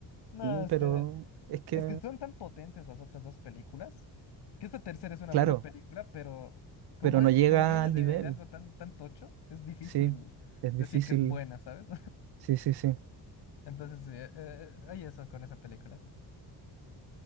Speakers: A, on the left; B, on the right.
A: No,
B: mm,
A: es
B: pero
A: que...
B: es que,
A: Es que son tan potentes las otras dos películas, que esta tercera es una
B: claro,
A: buena película, pero como
B: pero
A: es,
B: no llega
A: como viene
B: al
A: de,
B: nivel,
A: de algo tan, tan tocho, es difícil
B: sí, es
A: decir
B: difícil,
A: que es buena, ¿sabes?
B: sí, sí, sí,
A: <laughs> Entonces, sí, eh, eh, hay eso con esa película.